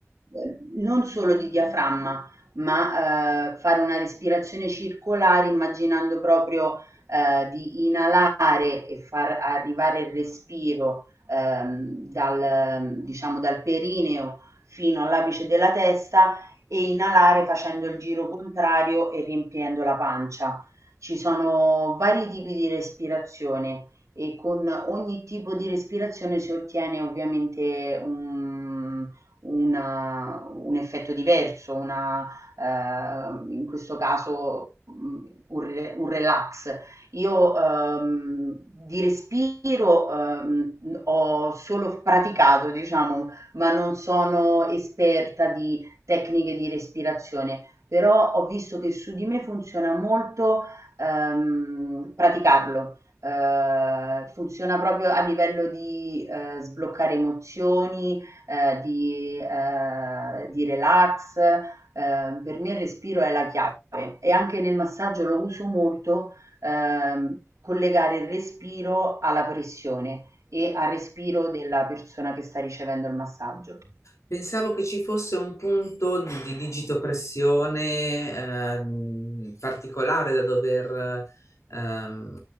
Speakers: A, on the right; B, on the left.
A: Uhm, non solo di diaframma, ma, uhm, fare una respirazione circolare immaginando proprio, ehm, di inalare e far arrivare il respiro, ehm, dal diciamo dal perineo fino all'apice della testa e inalare facendo il giro contrario e riempiendo la pancia. Ci sono vari tipi di respirazione e con ogni tipo di respirazione si ottiene ovviamente un una un effetto diverso, una ehm, in questo caso, mhmm, un re un relax. Io, ehm, di respiro, ehm, mhmm, ho solo f praticato, diciamo, ma non sono esperta di tecniche di respirazione, però ho visto che su di me funziona molto, ehm, praticarlo. Ehm, funziona proprio a livello di, ehm, sbloccare emozioni, ehm, di ehm, di relax, ehm, per me il respiro è la chiave e anche nel massaggio lo uso molto, ehm, collegare il respiro alla pressione e al respiro della persona che sta ricevendo il massaggio.
B: Pensavo che ci fosse un punto di, di digitopressione ehm, particolare da dover ehm,